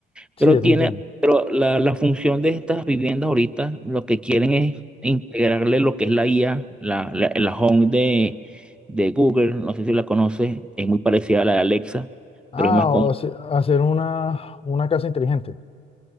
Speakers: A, on the left; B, in the centre.
A: sí,
B: Pero
A: ya
B: tiene,
A: te entiendo.
B: pero la, la función de estas viviendas ahorita, lo que quieren es integrarle lo que es la IA, la, la, la Home de, de Google, no sé si la conoces, es muy parecida a la de Alexa,
A: Ah,
B: pero es más completa,
A: o hace- hacer una, una casa inteligente.